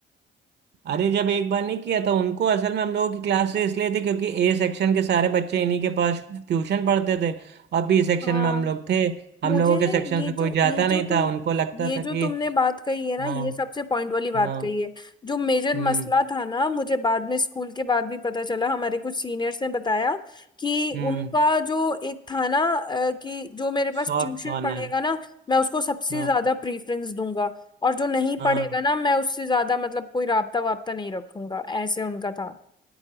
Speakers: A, on the right; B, on the left.
A: अरे जब एक बार नहीं किया था उनको असल में हम लोगों की क्लास से इसलिए थी क्योंकि ए सेक्शन के सारे बच्चे इन्हीं के पास ट्यूशन पढ़ते थे और बी सेक्शन
B: हाँ
A: में हम लोग थे
B: मुझे
A: हम लोगों के सेक्शन
B: ये
A: से
B: जो
A: कोई जाता
B: ये जो
A: नहीं
B: तुम
A: था उनको लगता
B: ये
A: था
B: जो
A: कि
B: तुमने बात कही है ना
A: हाँ
B: ये सबसे पॉइंट वाली बात
A: हाँ
B: कही है जो मेजर
A: हम्म
B: मसला था ना मुझे बाद में स्कूल के बाद भी पता चला हमारे कुछ सीनियर्स ने बताया कि
A: हम्म
B: उनका जो एक था ना अ, कि जो मेरे पास
A: Soft
B: ट्यूशन
A: corner
B: पढ़ेगा ना मैं उसको सबसे
A: हाँ
B: ज्यादा प्रीफरेंस दूंगा और जो नहीं
A: हाँ
B: पढ़ेगा ना मैं उससे ज्यादा मतलब कोई राबता वाबता नहीं रखूंगा ऐसे उनका था